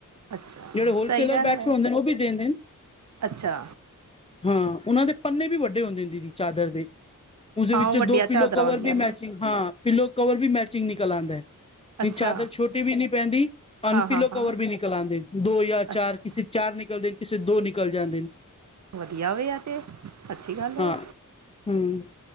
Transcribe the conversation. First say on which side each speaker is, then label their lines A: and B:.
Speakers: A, on the right; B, on the left.
A: ਅੱਛਾ
B: ਜੜੇ ਹੋਲਸੇਲਰ
A: ਸਹੀ ਰਹਿੰਦਾ
B: ਬੈਠੇ
A: ਹੈ
B: ਹੁੰਦੇ ਨੇ ਓ ਬੀ ਦੇਨ,
A: ਅੱਛਾ
B: ਹਾਂ ਓਨਾਂ ਦੇ ਪੰਨੇ ਵੀ ਵੱ ਡੇ ਹੋਂਦੇ ਨੇ ਦੀਦੀ ਚਾਦਰ ਦੀ। ਉਸਦੇ
A: ਹਾਂ
B: ਵਿੱਚ
A: ਉਹ ਵੱਡੀਆਂ
B: ਦੋ ਪਿੱਲੋ
A: ਚਾਦਰਾਂ
B: ਕਵਰ
A: ਆਉਂਦੀਆਂ
B: ਵੀ
A: ਨੇ
B: ਮੈਚਿੰਗ, ਹਾਂ ਪਿੱਲੋ ਕਵਰ ਵੀ ਮੈਚਿੰਗ ਨਿਕਲ ਆਂਦੈ।
A: ਅੱਛਾ
B: ਨਈ ਚਾਦਰ ਛੋਟੀ ਵੀ ਨੀ ਪੈਂਦੀ, ਅਨ
A: ਹਾਂ ਹਾਂ
B: ਪੀਲੋ ਕਵਰ
A: ਹਾਂ
B: ਵੀ ਨਿਕਲ ਆਂਦੇ ਨ, ਦੋ ਯਾਂ ਚਾਰ
A: ਅੱਛਾ
B: ਕਿਸੀ ਚਾਰ ਨਿਕਲਦੇ ਨ, ਕਿਸੇ ਦੋ ਨਿਕਲ ਜਾਂਦੇ ਨ।
A: ਵਧੀਆ ਵੇ ਐ ਤੇ, ਅੱਛੀ ਗੱਲ
B: ਹਾਂ
A: ਐ।
B: ਹੂੰ,